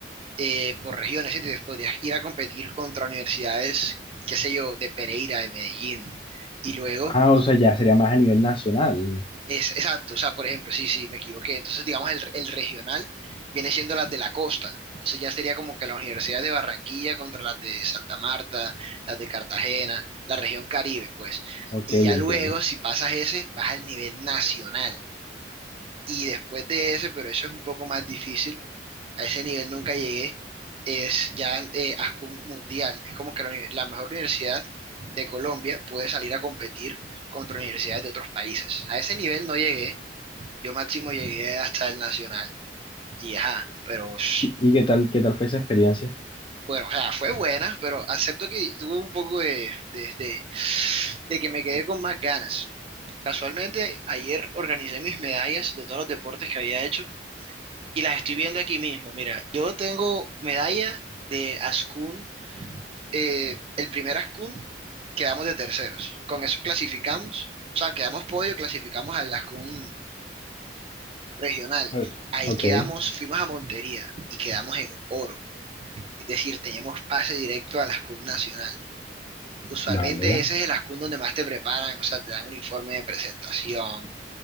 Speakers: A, on the right (about 30°); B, on the left (about 30°).
A: eh, por regiones, ¿sí? entonces podrías ir a competir contra universidades, qué sé yo, de Pereira, de Medellín. Y luego
B: Ah, o sea, ya sería más a nivel nacional.
A: es, exacto, o sea, por ejemplo, sí, sí, me equivoqué. Entonces, digamos, el, el regional viene siendo las de la costa. Entonces ya sería como que la Universidad de Barranquilla contra las de Santa Marta, las de Cartagena, la región Caribe, pues.
B: Ok,
A: Y ya
B: entiendo.
A: luego, si pasas ese, vas al nivel nacional. Y después de ese, pero eso es un poco más difícil, a ese nivel nunca llegué, es ya eh, ASCUN Mundial. Es como que la, uni- la mejor universidad de Colombia puede salir a competir contra universidades de otros países. A ese nivel no llegué, yo máximo llegué hasta el nacional y ajá, pero sh,
B: ¿Y, y qué tal, qué tal fue esa experiencia?
A: bueno, o sea, fue buena, pero acepto que tuve un poco de, de, de, de que me quedé con más ganas. Casualmente, ayer organicé mis medallas de todos los deportes que había hecho y las estoy viendo aquí mismo. Mira, yo tengo medalla de Ascun, eh, el primer Ascun quedamos de terceros. Con eso clasificamos, o sea, quedamos podio, clasificamos al Ascun regional.
B: Vale,
A: Ahí
B: Ok,
A: quedamos, fuimos a Montería y quedamos en oro. Es decir, teníamos pase directo a la SCUM nacional. Usualmente
B: vale.
A: ese es el ascun donde más te preparan, o sea, te dan un informe de presentación,